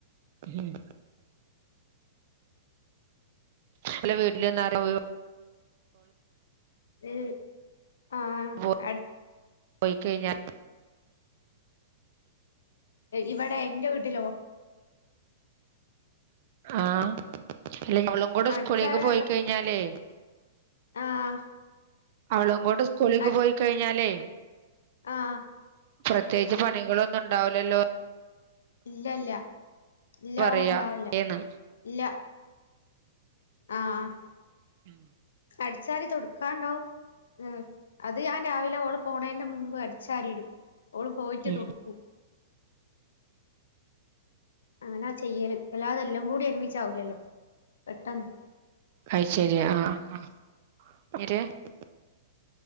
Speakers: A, on the right; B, on the left.
A: ഹം ഓലെ വീട്ടില് <unintelligible>
B: ഏഹ് ആഹ്
A: പോ
B: അട്
A: പോയി കഴിഞ്ഞാ
B: ഇവടെ എന്റെ വീട്ടിലോ
A: ആഹ് അല്ല അവളും കൂടെ
B: അടുത്തായോണ്ട്
A: സ്കൂളിക്ക് പോയി കഴിഞ്ഞാലേ
B: ആഹ്
A: അവളും കൂടെ സ്കൂളിക്ക്
B: അടു
A: പോയി കഴിഞ്ഞാലേ
B: ആഹ്
A: പ്രത്യേകിച്ച് പണികളൊന്നും ഉണ്ടാവില്ലല്ലോ
B: ഇല്ല ഇല്ല ഇല്ലോ
A: പറയാ
B: ഉണ്ടാവില്ല
A: ഏന്ന്
B: ഇല്ല ആഹ്
A: ഉം
B: അടിച്ചാരി തൊടുക്കാണ്ടാവും ഏഹ് അത് ഞാൻ രാവിലെ ഓള് പോണേന്റെ മുമ്പ് അടിച്ചാരിടും ഓള് പോയിട്ട്
A: ഉം
B: തൊടുക്കും അങ്ങന ചെയ്യല് അല്ലാതെല്ലാം കൂടി ഒരുമിച്ചാവില്ലല്ലോ പെട്ടെന്ന്
A: അയ് ശെരിയ ആഹ് ആഹ് <unintelligible>